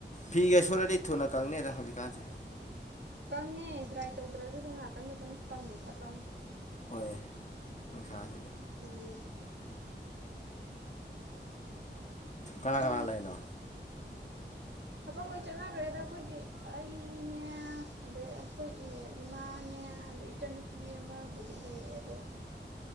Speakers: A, on the left; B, on the right.
A: ꯐꯤꯒ ꯁꯨꯔꯗꯤ ꯊꯨꯅ ꯀꯪꯅꯤꯗ ꯍꯧꯖꯤꯛꯀꯥꯟꯁꯦ
B: ꯀꯪꯉꯦ ꯗ꯭ꯔꯥꯏ ꯇꯧꯗ꯭ꯔꯁꯨ ꯑꯗꯨꯝ ꯉꯍꯥꯛꯇꯪꯒ ꯑꯗꯨꯝ ꯀꯪꯉꯦ ꯐꯠꯂꯥꯎꯅ
A: ꯑꯣꯏꯌꯦ ꯅꯨꯡꯁꯥꯁꯤꯗꯤ
B: ꯑꯗꯨꯏ
A: ꯀꯅꯥ
B: ꯃꯩ
A: ꯀꯅꯥ ꯂꯩꯅꯣ
B: ꯊꯕꯛ ꯂꯣꯏ ꯆꯠꯅꯈ꯭ꯔꯦꯗ ꯑꯩꯈꯣꯏꯗꯤ ꯑꯩꯅꯦ ꯑꯗꯩ ꯑꯩꯈꯣꯏ ꯏꯃꯥꯅꯦ ꯑꯗꯩ ꯏꯆꯟꯅꯨꯄꯤ ꯑꯃꯕꯨꯗꯤ ꯂꯩ ꯑꯗꯣ